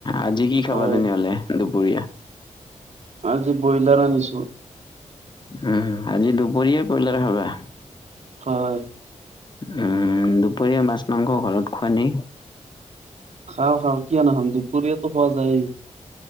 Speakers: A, on the left; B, on the right.
A: আজি কি খাবা
B: হয়।
A: তেনেহলে দুপৰীয়া
B: আজি ব্ৰইলাৰ আনিছোঁ।
A: উম আজি দুপৰীয়া বইলা খাবা?
B: হয়
A: উম দুপৰীয়া মাছ-মাংস ঘৰত খোৱানে।
B: খাওঁ খাওঁ কিয় নাখাম। দুপৰীয়াটো খোৱা যাইয়ে।